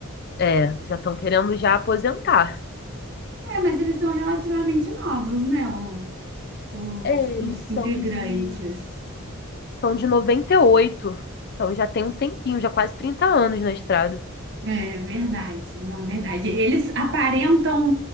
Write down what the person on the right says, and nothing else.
É, mas eles são relativamente novos, né? o- os,
os integrantes.
É verdade, não, verdade. Eles aparentam